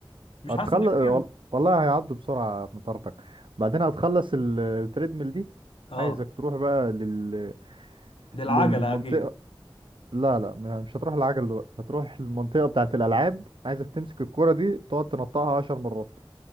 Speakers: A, on the left; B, on the right.
A: مش
B: هتخلص
A: حاسس إن ده كتير؟
B: والله هيعدوا بسرعه مطارتك بعدين هتخلص ال- التريدميل دي
A: أه
B: عايزك تروح بقى لل...
A: دي العجلة
B: للمنطقه
A: أكيد
B: لا لا مش هتروح العجل دلوقتي هتروح المنطقه بتاعه الالعاب عايزك تمسك الكره دي تقعد تنطقها 10 مرات